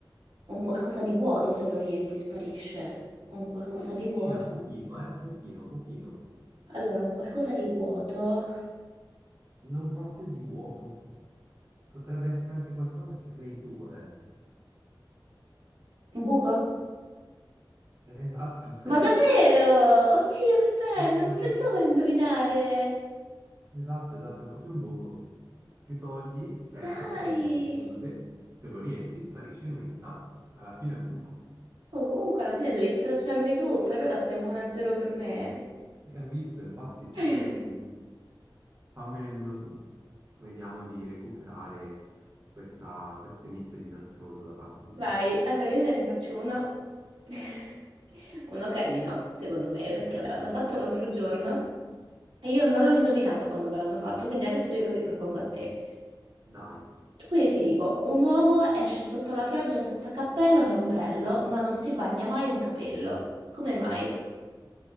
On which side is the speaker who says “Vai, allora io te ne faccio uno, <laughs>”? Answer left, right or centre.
Right